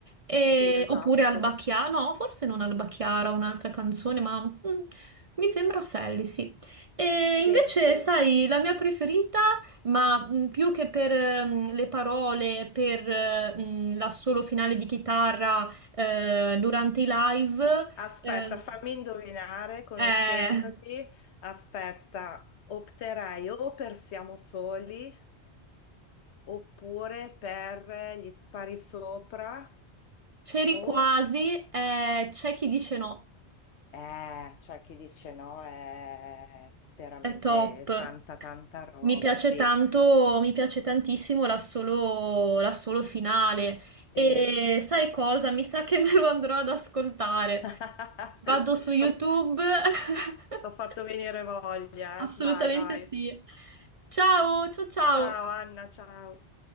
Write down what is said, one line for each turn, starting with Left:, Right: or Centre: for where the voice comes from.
Right: E-
Left: sì, esatto.
Right: oppure Albacchiara, no, forse non Albacchiara, un'altra canzone, ma mm, mi sembra Sally, sì. E
Left: Sì,
Right: invece,
Left: sì.
Right: sai, la mia preferita, ma mm, più che per mm, le parole, per eh, mm, l'assolo finale di chitarra eh, durante i live.
Left: Aspetta,
Right: ehm,
Left: fammi indovinare, conoscendoti.
Right: eh,
Left: Aspetta, opterei o per Siamo soli, oppure per Gli spari sopra,
Right: c'eri
Left: o...
Right: quasi, eh, c'è chi dice no,
Left: Eh, cioè chi dice no è veramente
Right: è top.
Left: tanta, tanta roba,
Right: Mi piace
Left: sì.
Right: tanto, mi piace tantissimo l'assolo l'assolo finale. E
Left: sì.
Right: sai cosa? Mi sa che <laughs> me lo andrò ad ascoltare.
Left: <laughs> T'ho
Right: Vado su YouTube. <laughs>
Left: t'ho fatto venire voglia,
Right: Assolutamente
Left: eh. Vai, vai.
Right: sì. Ciao, ciao, ciao.
Left: Ciao Anna, ciao.